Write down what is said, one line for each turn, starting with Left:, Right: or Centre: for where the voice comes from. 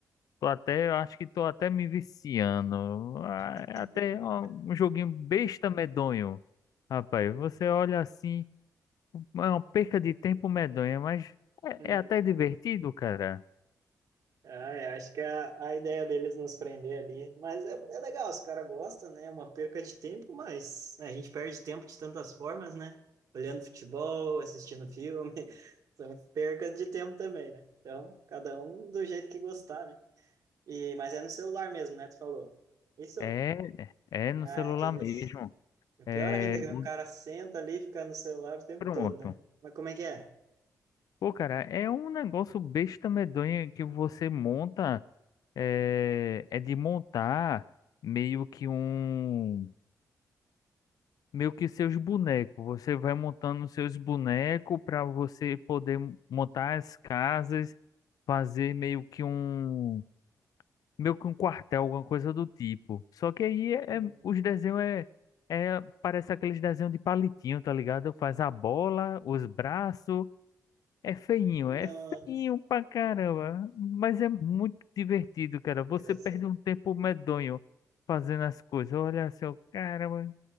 Left: tô até, eu acho que tô até me viciando. Ah,
Right: <laughs>
Left: é até ó, um joguinho besta medonho. Rapaz, você olha assim, é uma perca de tempo medonha, mas
Right: Hum.
Left: é, é até divertido, cara.
Right: Ah, eu acho que é a, a ideia deles nos prender ali. Mas é, é legal, os caras gostam, né? É uma perca de tempo, mas né, a gente perde tempo de tantas formas, né? Olhando futebol, assistindo filme. <laughs> São percas de tempo também, né? Então, cada um do jeito que gostar, né? E, mas é no celular mesmo, né? Tu falou. Isso?
Left: É, é no
Right: Ah,
Left: celular
Right: é aqueles.
Left: mesmo.
Right: O
Left: É,
Right: Pior ainda, é que o
Left: o-
Right: cara senta ali e fica no celular o tempo
Left: pronto.
Right: todo, né? Mas como é que é?
Left: Pô, cara, é um negócio besta medonha que você monta, é, é de montar meio que um, meio que seus bonecos. Você vai montando seus bonecos para você poder montar as casas, fazer meio que um, meio que um quartel, alguma coisa do tipo. Só que aí é,
Right: Hum.
Left: é- os desenhos é, é, parece aqueles desenhos de palitinho, tá ligado? Faz a bola, os braços. É feinho,
Right: Nossa.
Left: é feinho pra caramba, mas é muito divertido, cara. Você
Right: Engraçado.
Left: perde um tempo medonho fazendo as coisas. Olha assim, ó, caramba,